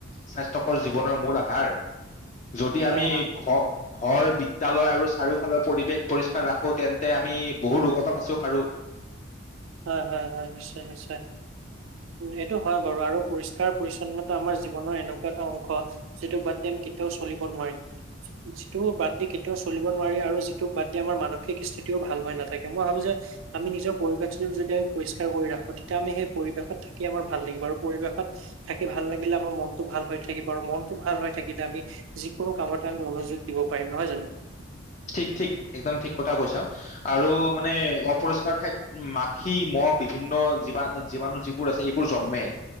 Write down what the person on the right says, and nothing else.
হয়,
হয় হয় হয় নিশ্চয় নিশ্চয় এইটো হয় বাৰু আৰু পৰিষ্কাৰ পৰিচ্ছন্নতা আমাৰ জীৱনৰ এনেকুৱা এটা অংশ যিটোোক বাদ দি আমি কেতিয়াও চলিব নোৱাৰি যিটো বাদ দি কেতিয়াও চলিব নোৱাৰি আৰু যিটো বাদ দিয় আমাৰ মানসিক স্থিতিও ভাল হৈ নাথাকে মই ভাবো যে আমি নিজৰ পৰিৱেশ। যদি আমি পৰিষ্কাৰ কৰি ৰাখো তেতিয়া আমি সেই পৰিৱেশত থাকি আমাৰ ভাল লাগিব আৰু পৰিৱেশত থাকি ভাল লাগিলে আমাৰ মনটো ভাল হৈ থাকিব আৰু মনটো ভাল হৈ থাকিলে আমি যিকোনো কামতে আমি মনোযোগ দিব পাৰিম নহয় জানো।